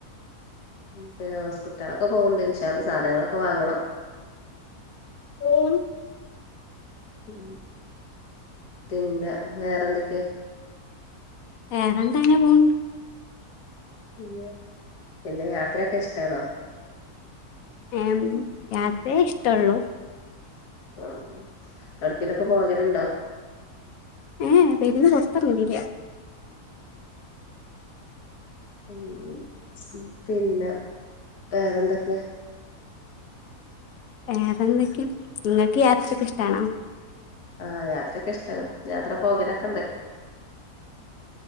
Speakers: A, on the left; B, on the left.
A: ഇൻന്തയവസ് കുട്ട്യാളൊക്കെ പോവ്ണ്ട് ഇൻഷാ അള്ളാ സാധനങ്ങളൊക്കെ വാങ്ങണം
B: തോന്നും
A: ഉം പിന്നെ വേറെന്തൊക്കെ
B: വേറെന്താ അങ്ങനെ പോൺ
A: പിന്നെ പിന്നെ യാത്രെക്കെ ഇഷ്ടാണോ
B: ഏം യാത്രേ ഇഷ്ടൊള്ളു
A: ആ കടേക്കലൊക്കെ പോകലിണ്ടോ
B: ഊം പെരുന്ന <unintelligible>
A: കഞ്ഞിയും സ്കൂപ്പില്ല വേറെന്തൊക്കെയാ
B: വേറെന്തൊക്കെയാ നിങ്ങക്ക് യാത്രക്കെ ഇഷ്ടാണോ
A: ആ യാത്രയെക്കെ ഇഷ്ടാണ് യാത്ര പോകലെക്കെണ്ട്